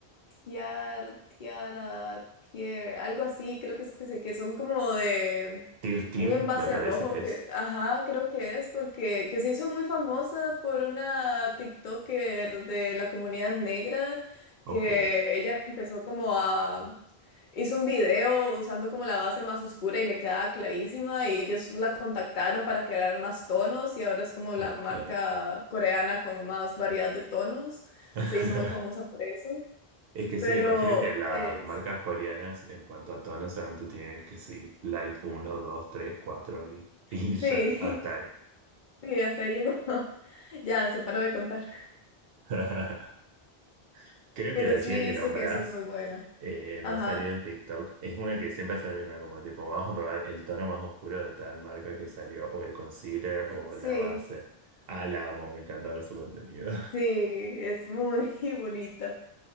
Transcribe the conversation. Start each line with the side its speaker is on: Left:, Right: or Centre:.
Left: tiara, tiara, tier, algo así, creo que es que, se, que son como de
Right: Tir Tir,
Left: un envase
Right: me parece
Left: rojo
Right: que
Left: que,
Right: es.
Left: ajá, creo que es porque que se hizo muy famosa por una TikToker de la comunidad negra
Right: Ok,
Left: que ella empezó como a hizo un video usando como la base más oscura y le quedaba clarísima y ellos la contactaron para crear más tonos y ahora es como
Right: ok.
Left: la marca coreana con más variedad de tonos.
Right: <laughs>
Left: Se hizo muy famosa por eso,
Right: Es que
Left: pero
Right: sí, me imagino que las
Left: es,
Right: marcas coreanas en cuanto a tono solamente tienen que sí, Light uno 2 3 4 y, <laughs> y
Left: sí,
Right: ya, hasta ahí.
Left: <laughs> sí, hasta ahí llegó. <laughs> Ya, se paró de contar.
Right: <laughs> Creo
Left: Pero
Right: que la
Left: sí
Right: chica
Left: he
Right: que
Left: visto
Right: nombrás
Left: que esa es muy buena.
Right: eh, me
Left: Ajá,
Right: ha salido en TikTok es una que siempre hace lo mismo, como tipo, vamos a probar el tono más oscuro de tal marca que salió, o el concealer o
Left: sí,
Right: la base. Ah, la amo, me encanta ver su contenido.
Left: sí, es muy <laughs> bonita.